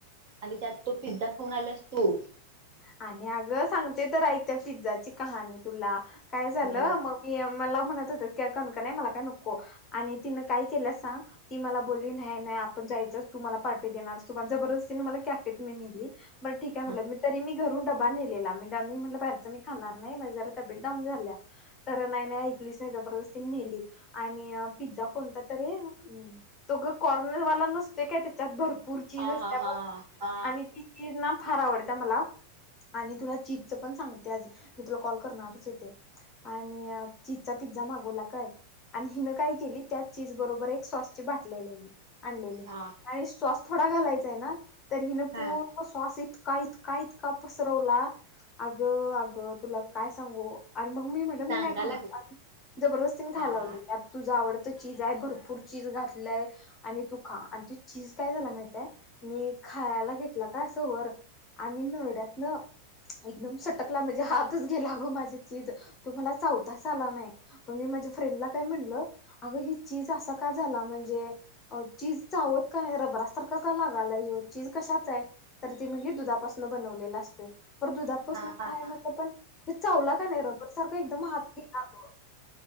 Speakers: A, on the right; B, on the left.
A: आणि त्यात तो पिझ्झा खाऊन आलास तू
B: आणि अगं सांगते तर ऐक पिझ्झाची कहाणी तुला काय झालं
A: बर
B: मग मी मला म्हणत होत काणक नाही मला काय नको आणि तिनं काय केलं सांग ती मला बोलली नाही नाही आपण जायचंच तू मला पाठी देणार तुम्हाला जबरदस्तीने मला कॅफेेत मी नेली बर ठीक आहे
A: हा
B: म्हटलं मी ी घरून डबा नेलेला मीडनी म्हटलं बाहेरचं मी खाणार नाही माणे जरा तबेट डाऊन झाल्या. तर नाही नाही ऐकलीच नाही जबरदस्ती नेली आणि पिझ्झा कोणता तरी तोघं कॉर्नरवाला नसते काय त्याच्यात भरपूर चीज
A: हा
B: असते
A: हा
B: बघ
A: हा
B: आणि ती चीज ना. फार आवडत मला आणि तुला जीदच पण सांगते आज मी तुला कॉल करणारच होते. आणि चिजचा पिझ्झा मागवला काय? आणि हिनं काय केली त्याच चीज बरोबर एक सॉसची बाटल्यालेली आणलेली
A: हा
B: आणि सॉस थोडा घालायचाय ना तर हिन
A: हा
B: पू सॉस इतका इत का इतका पसरवला अग अगं तुला काय सांगू. अर मग मी म्हट
A: सांगायला
B: मी नाही खाणार
A: लागला
B: जबरदस्तीने खायला
A: हा
B: लावली त्या तुझा आवडतं चीज आहे भरपूर चीज घातलंय. आणि तू खा आणि तू चीज काय झाला माहितय मी खायला घेतलं काय असं वर आणि नरड्यात ना. एकदम सटकला म्हणजे हातच गेला अगं माझे चीज तुम्हाला चावताच आला नाही. मग मी माझ्या फ्रेंडला काय म्हणलं अगं ही चीज असा का झाला म्हणजे चीज चावत का नाही रबरा सारखं का लागालाय चीज कशाच आहे तर ती म्हणली दुधा बनवले असतोय दुधापासनय
A: हा हा हा
B: म्हण प हे चावलं का नाही रबर सारखा एकदम हात घेतला ग.